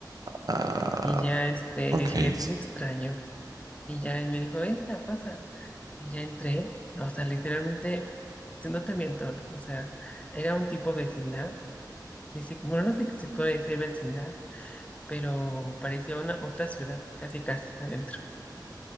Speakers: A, on the right; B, on the left.
A: Ah,
B: Y ya, este,
A: ok,
B: le dije, te
A: sí.
B: extraño. Y ya él me dijo, entra, pasa. Y ya entré. O sea, literalmente, si no te miento, o sea, era un tipo vecindad. Ni si- bueno, no sé si se puede decir vecindad, pero parecía una otra ciudad, casi casi adentro.